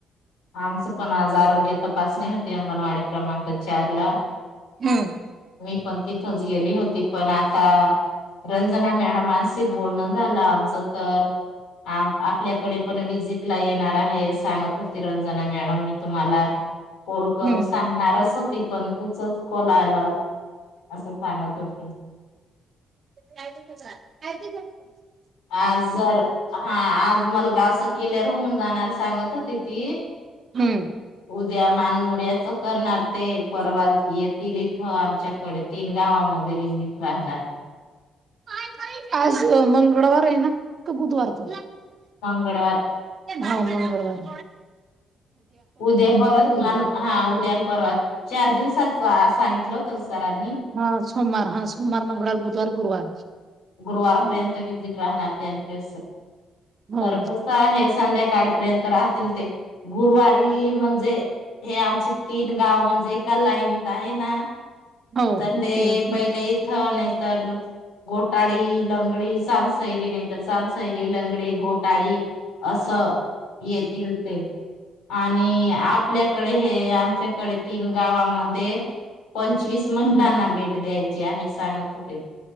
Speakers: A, on the left (about 80°); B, on the right (about 45°).
A: आमस पण आज आरोग्य तपासणी होते अंगनवाडी क्रमांक चारला
B: हम्म,
A: मी पण तिथच गेली होती पण आता रंजना मॅडमांशी बोलणं झालं आमचं तर आपल्याकडे पण विजिट ला येणार आहे सांगत. तिरंजना मॅडम मी तुम्हाला कोल करून
B: हम्म
A: सांगणारच होती पण तुचच कोल आलं असं सांगत हो <inaudible>
B: काय ते बघ,
A: आज जर हा आज मलगावच किल्ल्यार होऊन जाणार सांगत होती ती
B: हम्म,
A: उद्या मानमोड्याच करणार ते परवाल येतील इथं आमच्या कडतील गावामध्ये विजिट राहणार
B: <unintelligible> आज मंगळवार आहे ना का बुधवार त
A: मंगळवार,
B: हा मंगळवार,
A: उद्या परत हा उद्यान परत चार दिवसाच सांगितलं होत. सरांनी
B: हा सोमवार हा सोमवार मंगळवार बुधवार गुरुवार
A: गुरुवारपर्यंत
B: हम्म.
A: विजिट राहणार त्यांच्या
B: हो
A: तरस आहे. संध्याकाळीपर्यंत राहतील ते गुरुवारी म्हणजे हे आमचे तीन गाव म्हणजे एका लाईनत आहे ना.
B: हो,
A: तर
B: हो.
A: ते
B: हं.
A: पहिले इथं नाही तर गो गोटाळी, लंगडी, सामसैली नाही तर सामसैली, लंगडी घोटाळी. असं येतील ते आणि आपल्याकडे हे आमच्याकडे तीन गावामध्ये पंचवीस महिलांना भेट द्यायची आहे. सांगा कुठ